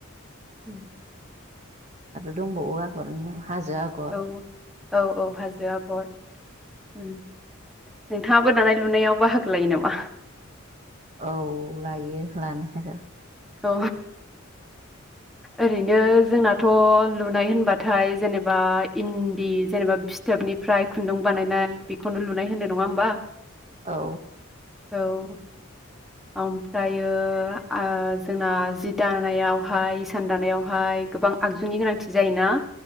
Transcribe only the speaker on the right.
आरो दंबावो आगरनि मुं हाजो आगर
औ लायो लानायाथ
औ